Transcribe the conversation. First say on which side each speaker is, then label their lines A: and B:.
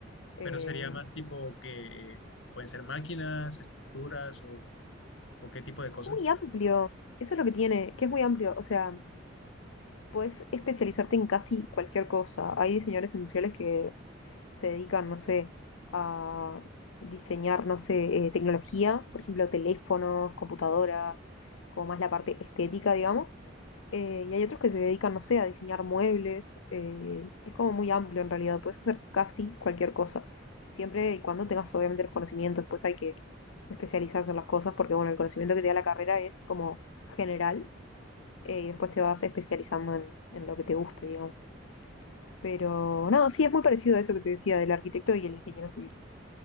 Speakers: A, on the left; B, on the left.
A: Eh,
B: Pero sería más tipo que eh, pueden ser máquinas, estructuras o, o qué tipo de cosas.
A: muy amplio, eso es lo que tiene, que es muy amplio, o sea... puedes especializarte en casi cualquier cosa. Hay diseñadores industriales que se dedican, no sé, a diseñar, no sé, eh, tecnología, por ejemplo, teléfonos, computadoras, como más la parte estética, digamos. Eh, y hay otros que se dedican, no sé, a diseñar muebles. eh, es como muy amplio en realidad, puedes hacer casi cualquier cosa. Siempre y cuando tengas obviamente los conocimientos, pues hay que especializarse en las cosas porque, bueno, el conocimiento que te da la carrera es como general eh, y después te vas especializando en, en lo que te guste, digamos. Pero no, sí, es muy parecido a eso que te decía del arquitecto y el ingeniero civil.